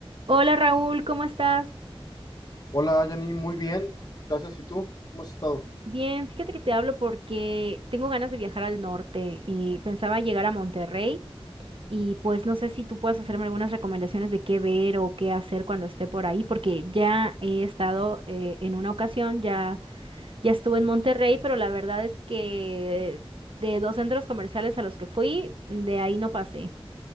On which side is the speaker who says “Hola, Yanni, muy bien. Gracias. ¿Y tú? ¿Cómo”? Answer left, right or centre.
Left